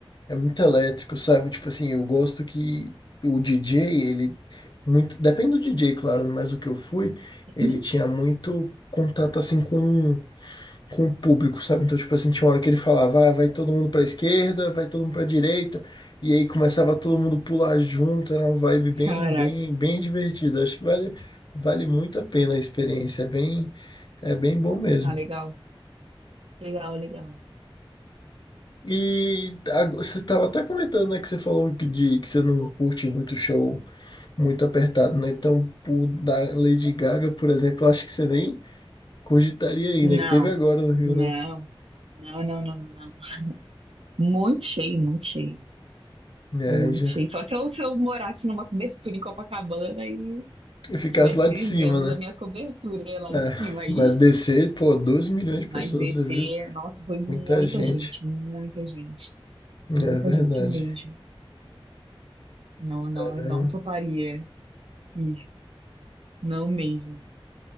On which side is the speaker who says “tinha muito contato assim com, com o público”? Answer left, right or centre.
Left